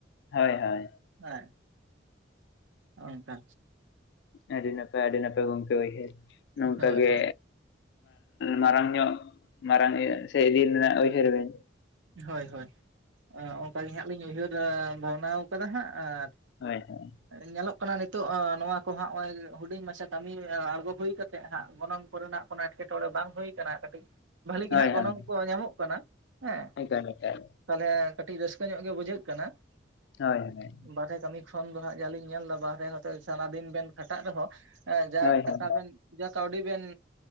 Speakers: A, on the left; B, on the right.
A: ᱦᱳᱭ ᱦᱳᱭ ᱾
B: ᱦᱮᱸ ᱚᱱᱠᱟ
A: ᱟᱹᱰᱤ ᱱᱟᱯᱟᱭ, ᱟᱹᱰᱤ ᱱᱟᱯᱟᱭ ᱜᱚᱝᱠᱮ ᱩᱭᱦᱟᱹᱨ ᱾ ᱱᱚᱝᱠᱟ
B: ᱦᱳᱭ
A: ᱜᱮ
B: ᱦᱳᱭ
A: ᱢᱟᱨᱟᱝ ᱧᱚᱜ ᱢᱟᱨᱟᱝ ᱥᱮ ᱤᱫᱤ ᱨᱮᱱᱟᱜ ᱩᱭᱦᱟᱹᱨ ᱵᱮᱱ ᱾
B: ᱦᱳᱭ ᱦᱳᱭ ᱾ᱚᱱᱠᱟᱟᱜ ᱜᱮ ᱦᱟᱸᱜ ᱞᱤᱧ ᱩᱭᱦᱟᱹᱨ ᱵᱷᱟᱵᱽᱱᱟ ᱟᱠᱟᱫᱟ ᱦᱟᱸᱜ ᱟᱨ
A: ᱦᱳᱭ ᱦᱳᱭ ᱾
B: ᱧᱮᱞᱚᱜ ᱠᱟᱱᱟ ᱱᱤᱛᱚᱜ ᱱᱚᱣᱟ ᱠᱚᱦᱟᱸᱜ ᱱᱚᱜᱼᱚᱭ ᱦᱩᱰᱤᱝ ᱢᱟᱪᱷᱟ ᱠᱟᱹᱢᱤ ᱟᱬᱜᱚ ᱦᱩᱭ ᱠᱟᱛᱮᱜ ᱦᱟᱸᱜ ᱜᱚᱱᱚᱝ ᱠᱚᱨᱮᱱᱟᱜ ᱠᱳᱱᱚ ᱮᱴᱠᱮᱴᱚᱬᱮ ᱵᱟᱝ ᱦᱩᱭ ᱟᱠᱟᱱᱟ ᱾ᱠᱟᱹᱴᱤᱡ ᱵᱷᱷᱟᱞᱤ ᱜᱮ
A: ᱦᱳᱭ
B: ᱦᱟᱸᱜ ᱜᱚᱱᱚᱝ
A: ᱦᱳᱭ
B: ᱠᱚ ᱧᱟᱢᱚᱜ ᱠᱟᱱᱟ ᱦᱮᱸ ᱾
A: ᱮᱠᱟᱞ, ᱮᱠᱟᱞ
B: ᱛᱟᱦᱚᱞᱮ ᱠᱟᱹᱴᱤᱡ ᱨᱟᱹᱥᱠᱟᱹ ᱧᱚᱜ ᱜᱮ ᱵᱩᱡᱷᱟᱹᱜ ᱠᱟᱱᱟ ᱾
A: ᱦᱳᱭ ᱦᱳᱭ ᱾
B: ᱵᱟᱨᱦᱮ ᱠᱟᱹᱢᱤ ᱠᱷᱚᱱ ᱫᱚ ᱦᱟᱸᱜ ᱡᱟᱞᱤᱧ ᱧᱮᱞ ᱮᱫᱟ ᱵᱟᱨ ᱦᱮ ᱦᱚᱸ ᱛᱮ ᱥᱟᱨᱟ ᱫᱤᱱ ᱵᱮᱱ ᱠᱷᱟᱴᱟᱜ ᱨᱮ ᱦᱚᱸ ᱡᱟ
A: ᱦᱳᱭ ᱦᱳᱭ
B: ᱴᱟᱠᱟ ᱵᱮᱱ ᱡᱟ ᱠᱟᱣᱰᱤ ᱵᱮᱱ